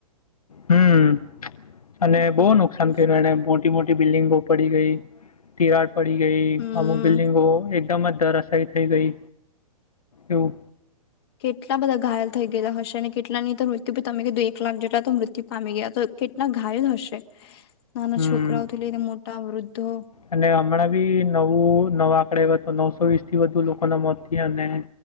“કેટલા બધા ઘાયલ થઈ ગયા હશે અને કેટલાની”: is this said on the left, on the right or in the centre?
Left